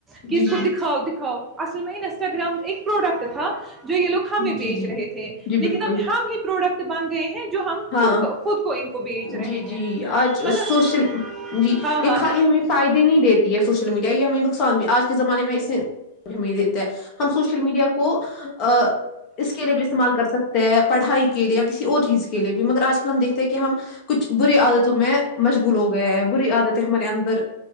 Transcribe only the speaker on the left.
جی
جی
جی
جی
جی
بالکل
ہاں
جی
جی آج
سوشل جی
یہ
خالی ہمیں فائدے نہیں دیتی ہے سوشل میڈیا یہ ہمیں نقصان بھی آج کے زمانے میں اسے ہمیں دیتا ہے ہم سوشل میڈیا کو کو اس کے لیے بھی استعمال کر سکتے ہیں پڑھائی کے لیا کسی اور چیز کے کے لیے بھی مگر آج کل ہم دیکھتے ہیں کہ ہم کچھ بری عادتوں میں مشغول ہو گئے ہیں بری عادتیں ہمارے اندر